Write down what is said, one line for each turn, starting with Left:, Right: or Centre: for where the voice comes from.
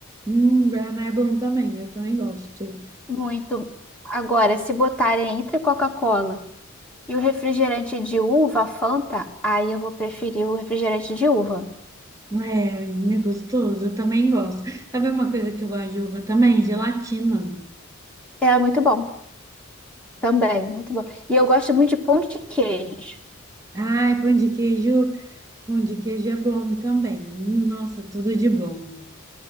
Right: Hum, Guaraná é bom também, eu também gosto.
Centre: Muito. Agora, se botarem entre Coca-Cola. E o refrigerante de uva, Fanta, aí eu vou preferir o refrigerante de uva.
Right: É, é gostoso, eu também gosto. Sabe uma coisa que eu gosto de uva também? Gelatina.
Centre: É muito bom também, muito bom. E eu gosto muito de pão de queijo.
Right: Ai, pão de queijo, pão de queijo é bom também. Hum, Nossa, tudo de bom.